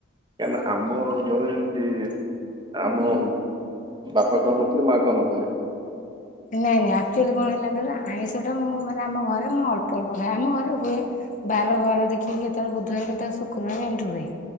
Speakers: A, on the right (about 20°); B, on the left (about 40°).
A: କାହିଁକି ନା ଆମ ଘରେ ଯେମିତି, ଆମ ବାପା ଖାଉନଥିଲେ ମ କ ମ <inaudible>
B: ନାଇଁ ନାଇଁ ଆକ୍ଚୁଆଲି କଣ ହେଲା କହିଲ ଆଇଁଷ ଟା ମୁଁ ମାନେ ଆମ ଘରେ ମୁଁ ଅଳ୍ପ ଅଳ୍ପ ଖାଏ, ଆମ ଘରେ ହୁଏ ବାର ବାର ଦେଖିକି କେତେବେଳେ ବୁଧବାର କେତେବେଳେ ଶୁକ୍ରବାର ଏମିତି ହୁଏ।